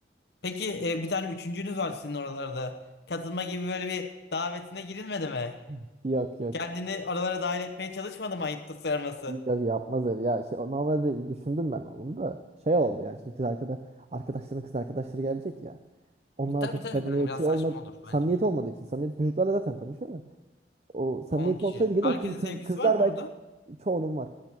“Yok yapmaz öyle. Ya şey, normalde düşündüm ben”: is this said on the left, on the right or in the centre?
Right